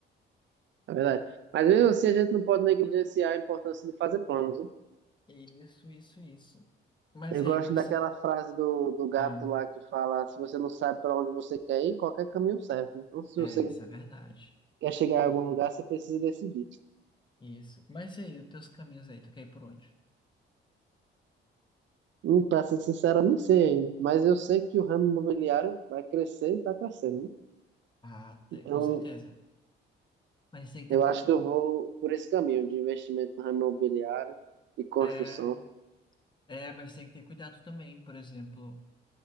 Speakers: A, on the right (about 70°); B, on the left (about 25°).
A: É verdade. Mas mesmo assim, a gente não pode negligenciar a importância de fazer planos, né?
B: Isso, isso, isso. Mas
A: Eu
B: e
A: gosto
B: aí, quais
A: daquela
B: são...
A: frase do, do gato
B: Ah,
A: lá que fala: se você não sabe para onde você quer ir, qualquer caminho serve. Então, se
B: é,
A: você
B: isso é verdade.
A: quer chegar em algum lugar, você precisa decidir.
B: Isso. Mas e aí, os teus caminhos aí, tu quer ir por onde?
A: Hum, para ser sincero, eu nem sei ainda, mas eu sei que o ramo imobiliário vai crescer e está crescendo. né?
B: Ah, te-
A: Então,
B: com certeza. Mas tem que
A: eu
B: ter muito.
A: acho que
B: cu-
A: eu vou por esse caminho de investimento no ramo imobiliário e construção.
B: É, é, mas tem que ter cuidado também. Por exemplo,